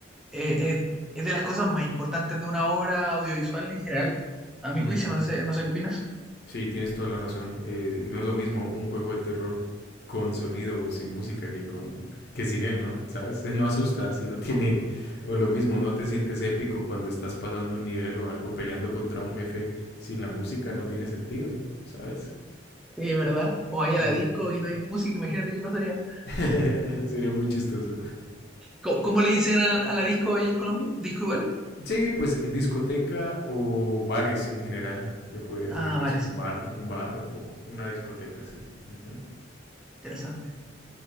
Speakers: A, in the centre; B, on the left.
A: Eh, eh, es de las cosas más importantes de una obra audiovisual en general, a mi
B: ujú.
A: juicio. No sé, no sé qué opinas.
B: Sí, tienes toda la razón. Eh, no es lo mismo un juego de terror con sonido o sin música que con que sin él, ¿no? ¿Sabes? <laughs> No asusta si no tiene o lo mismo, no te sientes épico cuando estás pasando un nivel o algo peleando contra un jefe sin la música no tiene sentido, ¿sabes?
A: Sí, ¿verdad? O vaya
B: Ujú.
A: a la disco y no hay música, imagínate qué pasaría.
B: <laughs> Sería muy chistoso.
A: ¿Cómo, cómo le dicen a, a la disco allá en Colombia? ¿Disco igual?
B: Sí, pues eh, discoteca o bares en general. Le podrías
A: Ah,
B: decir que
A: bares.
B: es un bar, un bar o una discoteca, sí. Ujú.
A: Interesante.